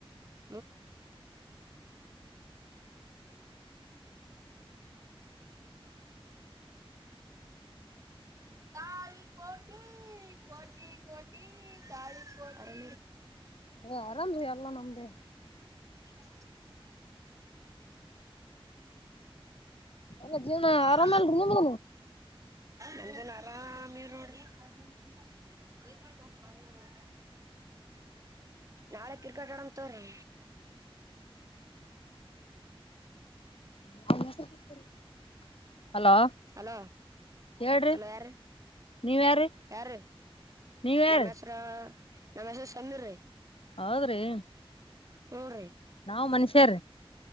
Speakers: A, on the right; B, on the left.
A: <inaudible> <inaudible> ತಳಿ ಕೋಟಿ ಕೋಟಿ ಕೋಟಿ ತಳಿ ಕೋಟಿ.
B: ಯರಾಮೂ ಎಲ್ಲ ನಮ್ದೇ.
A: <unintelligible> <unintelligible>
B: ಎಲ್ಲ ಜೀವನ
A: ಹಾ.
B: ಆರಾಮಲ್ರಿ ನಿಮ್ದುನು
A: ಅ ಆರಾಮ ರೋಡರಿ. <unintelligible> ಅದಾಯ. ನಾಳೆ ಕ್ರಿಕೆಟ್ ಆಡ ಅಂಥವರೇ.
B: <inaudible> ಹಲೋ
A: ಹಲೋ
B: ಹೇಳ್ರಿ
A: ಹಲೋ ಯಾರು
B: ನೀವ್ ಯಾರೀ
A: ಯಾರು.
B: ನೀವ್ ಯಾರೀ
A: ನಮ್ಸ್ರೋ ನಮ್ಮಿಸ್ಸು ಸನ್ನಿ ರಿ.
B: ಹೌದ್ರಿ.
A: ಹೂ ರೀ.
B: ನಾವ್ ಮನುಷ್ಯರ.